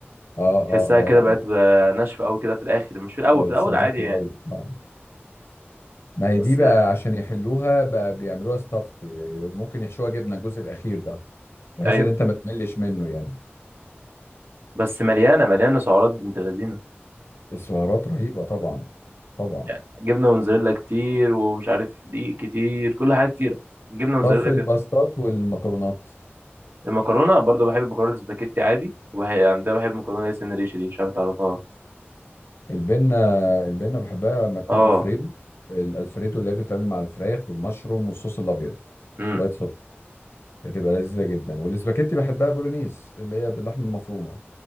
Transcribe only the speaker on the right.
تحسها كده بقت
آه، ناشفه قوي كده في الاخر مش في الاول
في الاول
عادي يعني
بس
ايوه
بس مليانه مليانه سعرات بنت لذينه
يعني جبنه موتزاريلا كتير ومش عارف دقيق كتير كل حاجه كتيره الجبنه موتزاريلا
كده
المكرونه برضه بحب المكرونه السباكيتي عادي وهي عندها بحب المكرونه اللي هي سن ريش دي مش عارف تعرفها
اه
امم